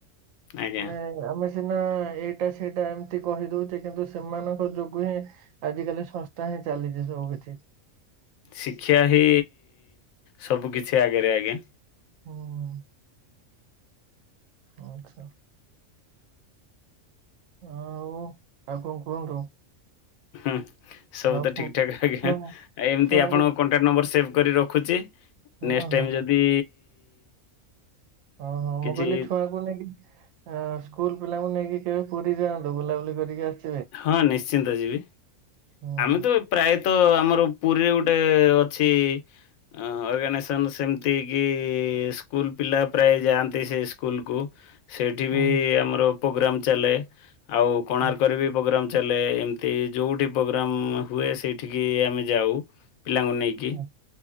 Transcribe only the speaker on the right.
ମାନେ ଆମେ ସିନା ଏଇଟା ସେଇଟା ଏମିତି କହି ଦଉଚେ। କିନ୍ତୁ ସେମାନଙ୍କ ଯୋଗୁ ହିଁ ଆଜ କାଲି ସଂସ୍ଥା ହିଁ ଚାଲିଚି ସବୁ କିଛି।
ହଁ, ଆଚ୍ଛା। ଆଉ ଆଉ କଣ କୁହନ୍ତୁ?
ଆଉ
କୁ
ଛୁଆ
ଛୁଆଙ୍କୁ
ହଁ
ହଁ
ଓ ହଁ
ମୁଁ କହିଲି ଛୁଆକୁ ନେଇକି ଆଁ, ସ୍କୁଲ୍ ପିଲାଙ୍କୁ ନେଇକି କେବେ ପୁରୀ ଯାଆନ୍ତୁ ବୁଲାବୁଲି କରିକି ଆସ
ହୁଁ
ହୁଁ
ହୁଁ
ହୁଁ